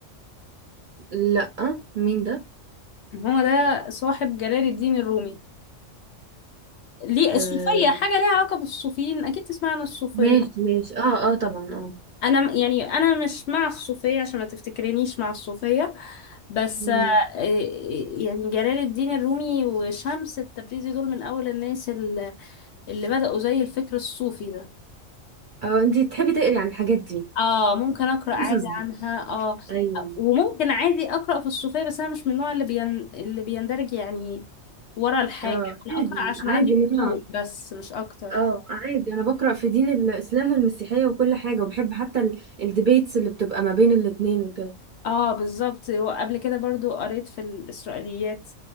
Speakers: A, on the right (about 50°); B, on the left (about 65°).
A: لا مين ده
B: هو ده صاحب جلال الدين الرومي ليه
A: آه،
B: الصوفية حاجة ليها علاقة بالصوفيين أكيد تسمع عن الصوفية
A: ماشي ماشي اه اه طبعا اه
B: أنا م- يعني أنا مش مع الصوفية عشان ما تفتكرنيش مع الصوفية بس
A: مم.
B: آه، إيه- يعني جلال الدين الرومي وشمس التبريزي دول من أول الناس اللي اللي بدأوا زي الفكر الصوفي ده
A: اه انتي تحبي تقري عن الحاجات دي
B: اه ممكن اقرا عادي
A: القصص دي
B: عنها اه
A: ايوه
B: وممكن عادي اقرا في الصوفيه بس انا مش من النوع اللي بين... اللي بيندرج يعني ورا الحاجه
A: اه
B: انا
A: عادي
B: اقرا عشان
A: عادي
B: عندي
A: ان
B: فضول
A: انا
B: بس مش اكتر
A: اه عادي انا بقرا في دين الاسلام والمسيحيه وكل حاجه وبحب حتى ال- الديبيتس اللي بتبقى ما بين الاتنين وكده
B: اه بالظبط وقبل كده برضو قريت في الاسرائيليات